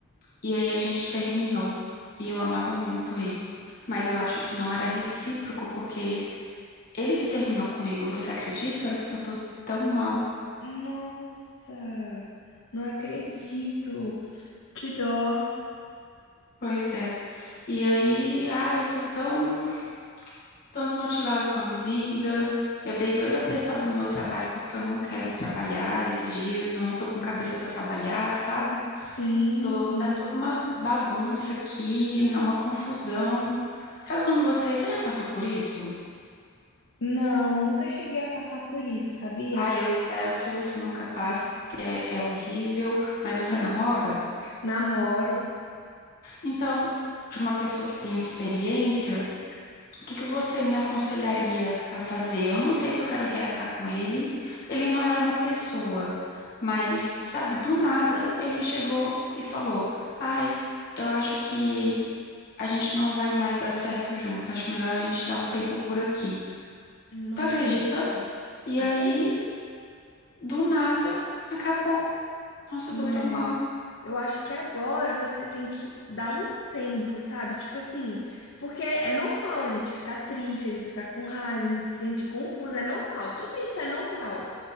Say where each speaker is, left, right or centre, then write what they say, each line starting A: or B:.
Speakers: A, on the left; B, on the left.
A: E aí a gente terminou. E eu amava muito ele. Mas eu acho que não era recíproco, porque ele que terminou comigo, você acredita? Eu tô tão mal.
B: Nossa, não acredito. Que dó.
A: Pois é. E aí, ai, eu tô tão Estou desmotivada com a vida. Eu dei dois atestados no meu trabalho porque eu não quero trabalhar esses dias. Eu não estou com cabeça para trabalhar, sabe?
B: Sim.
A: Tô,
B: sim.
A: tá tudo uma bagunça aqui, uma confusão. Sabe quando você, você já passou por isso?
B: Não, nunca cheguei a passar por isso, sabia?
A: Ah, eu espero que você nunca passe porque é, é horrível, mas você
B: Uhum.
A: namora?
B: Namoro.
A: Então, de uma pessoa que tem experiência. O que que você me aconselharia a fazer? Eu não sei se eu quero reatar com ele. Ele não era uma pessoa, mas, sabe, do nada ele chegou e falou: Ai, eu acho que a gente não vai mais dar certo junto. Acho melhor a gente dar um tempo por aqui.
B: Não,
A: Tu acredita? E
B: acredito,
A: aí, do nada, acabou. Nossa, eu
B: né?
A: tô tão mal.
B: Eu acho que agora você tem que dar um tempo, sabe? Tipo assim, porque é normal a gente ficar triste, a gente ficar com raiva, a gente se sentir confusa, é normal, tudo isso é normal.